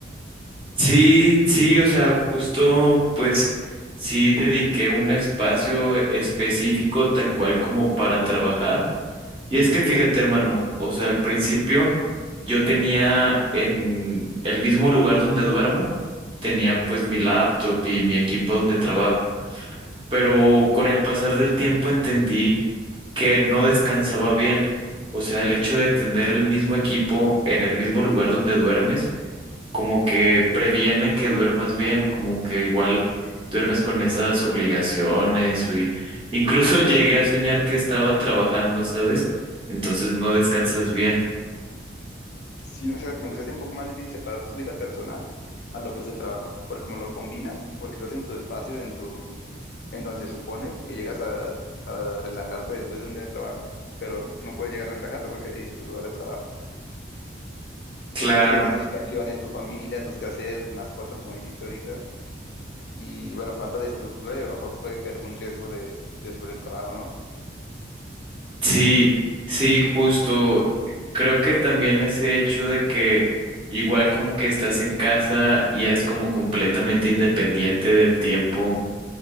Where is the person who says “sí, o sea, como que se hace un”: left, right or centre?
Left